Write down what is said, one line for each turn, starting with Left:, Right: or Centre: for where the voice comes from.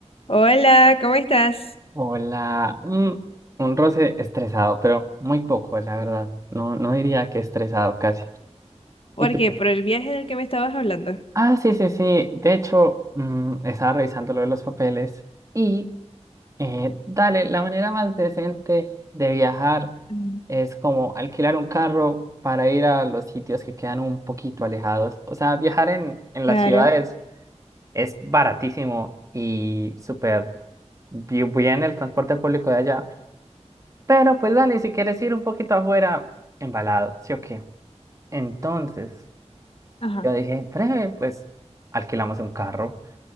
Left: Hola, ¿cómo estás?
Right: Hola, mm, un roce estresado, pero muy poco, la verdad. No, no diría que estresado casi.
Left: ¿Por
Right: ¿Y tú?
Left: qué? ¿Por el viaje del que me estabas hablando?
Right: Ah, sí, sí, sí. De hecho, mm, estaba revisando lo de los papeles y eh, dale, la manera más decente de viajar
Left: Mm,
Right: es como alquilar un carro para ir a los sitios que quedan un poquito alejados. O sea, viajar en, en las
Left: Claro.
Right: ciudades es baratísimo y súper bi- bien el transporte público de allá. Pero pues dale, si quieres ir un poquito afuera, embalado, ¿sí o qué? Entonces,
Left: Ajá.
Right: yo dije, breve, pues alquilamos un carro.